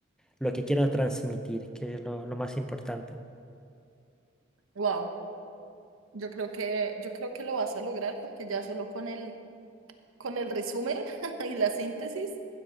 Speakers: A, in the centre; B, on the right.
A: lo que quiero transmitir, que es lo, lo más importante.
B: Wow, yo creo que yo creo que lo vas a lograr porque ya solo con el con el resumen <laughs> y la síntesis